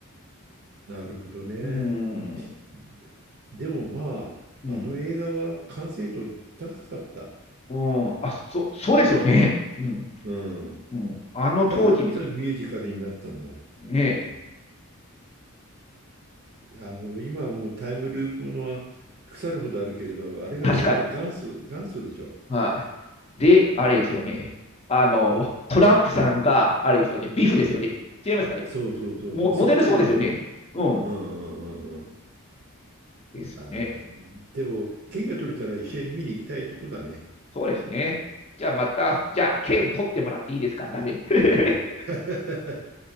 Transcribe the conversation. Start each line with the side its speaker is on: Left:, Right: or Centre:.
Right: なるほどね。
Left: そううん。
Right: ででもまあ、
Left: うん。
Right: あの映画は完成度高かった。
Left: うん。あ、そ、そうですよね。うん。
Right: うん。
Left: うん。あの当時見た時、
Right: だからこそミュージカルになったんだ。
Left: ね、
Right: あの、今はもうタイムループものは腐るほどあるけれど、あれが本当元祖、
Left: 確かに。
Right: 元祖でしょ。
Left: はい。で、
Right: あの、
Left: あれですよね。あの、トランプさんが、あれですよね。ビフですよね。
Right: うん。
Left: 違いますかね。
Right: そうそうそうそう、
Left: モ、
Right: そっくりだもんね。
Left: モデルそうですよね。うん。
Right: うんうんうんうん。
Left: ですね。
Right: あーでも、券が取れたら一緒に見に行きたいとこだね。
Left: そうですね。じゃあまた、じゃあ、券取ってもらっていいですかダメ。<laughs>
Right: <laughs>